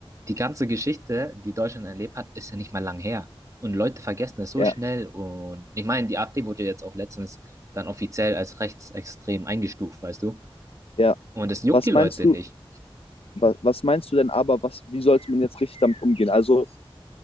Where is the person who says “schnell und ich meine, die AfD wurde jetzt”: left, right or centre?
Right